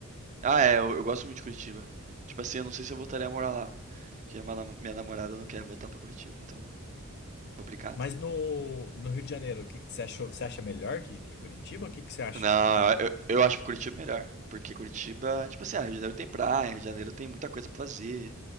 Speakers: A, on the right; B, on the left.
A: Ah, é, eu, eu gosto muito de Curitiba. Tipo assim, eu não sei se eu voltaria a morar lá. Porque minha, nam- minha namorada não quer voltar pra Curitiba, então complicado.
B: Mas no, no Rio de Janeiro, o que, que você achou? Você acha melhor que, que Curitiba? O que, que você acha
A: Não,
B: de. Que...
A: eu, eu acho Curitiba melhor. Porque Curitiba, tipo assim, ah, Rio de Janeiro tem praia, Rio de Janeiro tem muita coisa pra fazer,